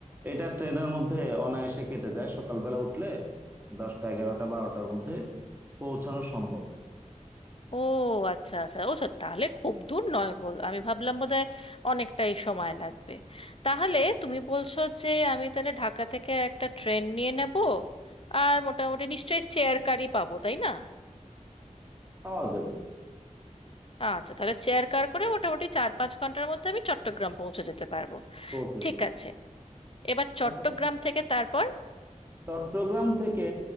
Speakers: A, on the right; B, on the left.
A: এটা ট্রেনের মধ্যে অনায়াসে কেটে যায় সকালবেলা উঠলে দশটা এগারোটা বারোটার মধ্যে পৌঁছানো সম্ভব
B: ও আচ্ছা আচ্ছা ও সত্যি তাহলে খুব দূর নয় বল আমি ভাবলাম বোধহয় অনেকটাই সময় লাগবে তাহলে তুমি বলছো যে আমি তাহলে ঢাকা থেকে একটা ট্রেন নিয়ে নেব আর মোটামুটি নিশ্চয়ই চেয়ার কারই পাবো তাই না
A: পাওয়া যাবে
B: আচ্ছা তাহলে চেয়ার কার করে মোটামুটি চার পাঁচ ঘন্টার মধ্যে আমি চট্টগ্রাম পৌঁছে যেতে পারবো
A: পৌঁছে
B: ঠিক আছে এবার চট্টগ্রাম
A: যাবে
B: থেকে তারপর
A: চট্টগ্রাম থেকে